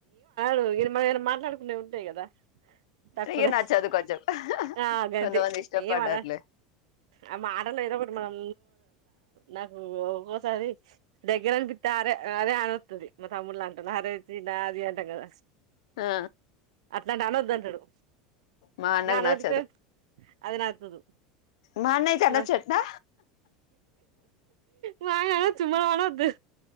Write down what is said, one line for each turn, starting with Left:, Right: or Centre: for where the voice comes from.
Right: డు ఇ మ ఏ మాట్లాడుకునేవి ఉంటాయి కదా తక్కువనే
Left: ఏ నచ్చదు కొంచం
Right: ఆ గంతే
Left: కొంత మంది ఇష్టపడరులే
Right: ఏం అనడు ఆ మాటలు అయిన ఒకటి మనం నాకు ఒక్కోసారి దగ్గర అనిపిస్తతే అరే అరే అన వస్తుంది మా తమ్ముళ్లా అంటాన్నా అరే త నా అది అంటాం కదా
Left: ఆ
Right: అట్లాంటివి అనోద్ధాంటడు
Left: మా అన్నకు
Right: నానోటితో
Left: నచ్చదు
Right: అద నాతుదు
Left: మా అన్నయ్య కి
Right: మ
Left: నచ్చట్నా
Right: మా అనొచ్చు మనం అనవద్దు